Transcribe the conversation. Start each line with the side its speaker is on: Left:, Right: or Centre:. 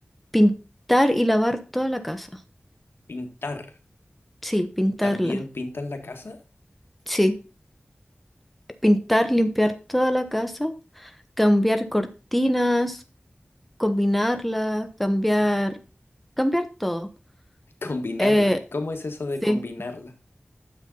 Centre: pintar y lavar toda la casa.
Left: Pintar.
Centre: Sí, pintarla.
Left: ¿También pintan la casa?
Centre: Sí, pintar, limpiar toda la casa, cambiar cortinas, combinarla, cambiar, cambiar todo.
Left: <laughs> Combinarla.
Centre: Eh,
Left: ¿Cómo es eso de
Centre: sí,
Left: combinarla?